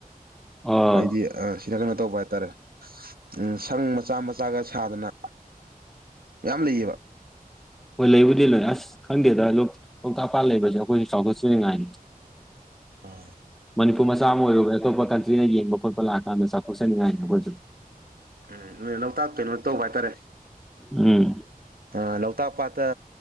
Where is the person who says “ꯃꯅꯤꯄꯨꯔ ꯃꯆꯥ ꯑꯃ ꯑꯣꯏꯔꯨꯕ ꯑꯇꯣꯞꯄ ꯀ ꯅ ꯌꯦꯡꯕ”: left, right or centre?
Centre